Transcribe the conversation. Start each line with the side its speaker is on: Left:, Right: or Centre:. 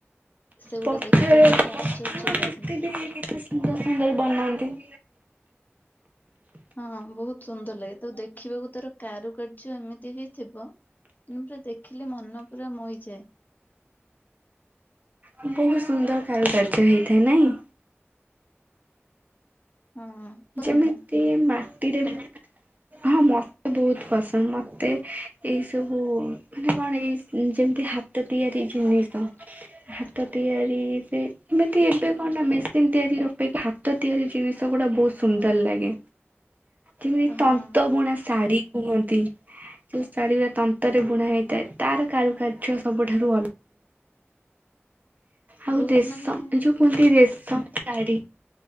Left: ସେଗୁଡା
Right: ପଥର
Left: ଦେଖିଲେ ବହୁତ
Right: ପଥର
Left: ଆଶ୍ଚର୍ଯ୍ୟ
Right: ମୂର୍ତ୍ତି
Left: ଲାଗେ।
Right: ବି କେତେ ସୁନ୍ଦର ସୁନ୍ଦର ବନାନ୍ତି।
Left: ହଁ, ବହୁତ ସୁନ୍ଦର ଲାଗେ, ତ ଦେଖିବାକୁ ତାର କାରୁକାର୍ଯ୍ୟ ଏମିତି ହେଇଥିବ ମୁଁ ପୁରା ଦେଖିଲେ ମନ ପୁରା ମୋହି ଯାଏ।
Right: ବହୁତ ସୁନ୍ଦର କାରୁକାର୍ଯ୍ୟ ହେଇଥାଏ, ନାଇଁ।
Left: ହଁ। ପସନ୍ଦ
Right: ଯେମିତି
Left: ନା
Right: ମାଟିରେ ବି। ହଁ, ମୋତେ ବହୁତ ପସନ୍ଦ। ମୋତେ ଏଇ ସବୁ ମାନେ କଣ ଏଇ ଯେମିତି ହା ତ ତିଆରି ଜିନିଷ।
Left: ହ <inaudible>
Right: ହାତ ତିଆରି ଯେ ଏମିତି ଏବେ କଣ ନା ମେସିନ୍ ତିଆରି ଅପେକ୍ଷା ହାତ ତିଆରି ଜିନିଷ ଗୁଡା ବହୁତ ସୁନ୍ଦର ଲାଗେ। ଯେମିତି
Left: ହଁ
Right: ତନ୍ତ ବୁଣା ଶାଢ଼ୀ କୁହନ୍ତି। ଯୋଉ ଶାଢ଼ୀ ଗୁରା ତନ୍ତରେ ବୁଣା ହେଇଥାଏ, ତାର କାରୁକାର୍ଯ୍ୟ ସବୁଠାରୁ ଅଲ ଆଉ
Left: ବହୁତ
Right: ରେଶ
Left: ମାନେ
Right: ଯୋଉ କୁହନ୍ତି, ରେଶମ ଶାଢୀ।